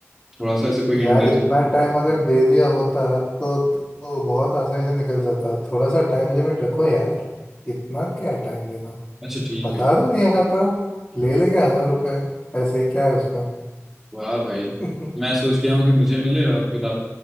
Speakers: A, in the centre; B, on the left (about 40°).
A: थोड़ा सा ऐसे कोई
B: यार
A: हिंट दे दीजिए
B: इतना टाइम अगर दे दिया होता तो तो बहुत आसानी से निकल जाता थोड़ा सा टाइम लिमिट रखो यार इतना क्या टाइम देना
A: अच्छा ठीक
B: बता
A: है फिर
B: दो नहीं आता ले लेंगे हजार रुपए ऐसे ही क्या है उसमें
A: वाह भाई
B: <laughs>
A: मैं सोच के आया हूँ कि मुझे मिले और फिर आप